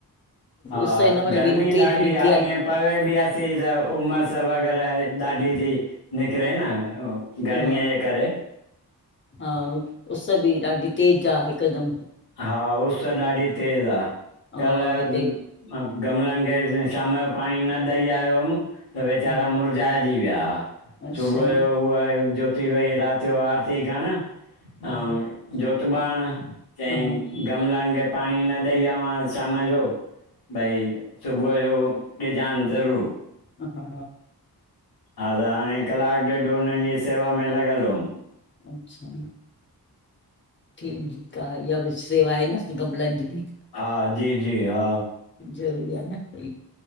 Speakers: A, on the left (about 80°); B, on the left (about 30°).
A: हा
B: उस हिन महिल
A: गर्मी
B: बि एॾी तेज
A: ॾाढी
B: निकिती
A: आहे ईअं पवे बि थीी त उमिरि वग़ैरह दाढी थी निक रह न गर्मीअ
B: हा
A: जे करे
B: हा उस बि ॾाढी तेज आहे हिकदमि
A: हा उस त ॾाढी तेज़ आहे
B: हा
A: कल्ह
B: हिते
A: गमलनि खे शाम जो पाणी न ॾई आयो हूम त वेचारा
B: हा
A: मुरझाइजी विया
B: अच्छा
A: सुबुह जो उहा ती वई राति जो आरती करणु अंउं
B: हा
A: जोयोति बाण चईं
B: हा
A: गमलनि खे पाणी न ॾई आवां शाम जो भई सु सुबुह जो ॾीजानि ज़रूरु
B: हा
A: हा त हाणे कलाकु ॾेढ हुननि जी सेवा में लॻियलु हुउमि
B: अच्छा ठीकु ठु आहे इहा बि सेवा आहे न गमलनि जी बि
A: हा, जी, जी, हा
B: ज़रूरी आ न भई